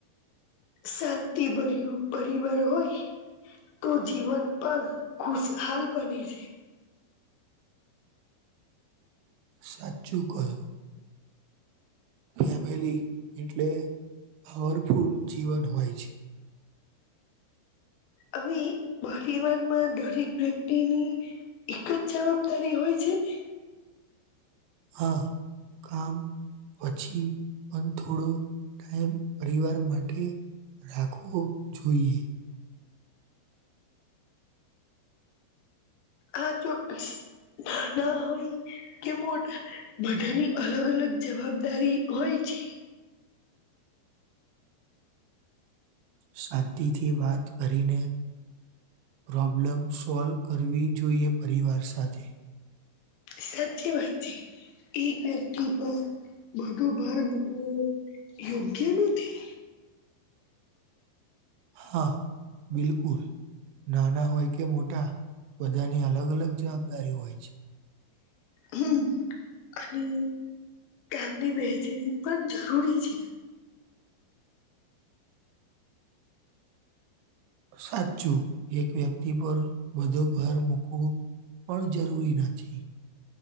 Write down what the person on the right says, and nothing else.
સાચું કહ્યું. ફેમિલી એટલે પાવરફુલ જીવન હોય છે
હા કામ પછી પણ થોડો ટાઈમ પરિવાર માટે રાખવો જોઈએ
શાંતિથી વાત કરીને પ્રોબ્લેમ સોલ્વ કરવી જોઈએ પરિવાર સાથે.
હા બિલકુલ. નાના હોય કે મોટા, બધાની અલગ અલગ જવાબદારી હોય છે.
સાચું એક વ્યક્તિ પર બધો ભાર મૂકવો. પણ જરૂરી નથી.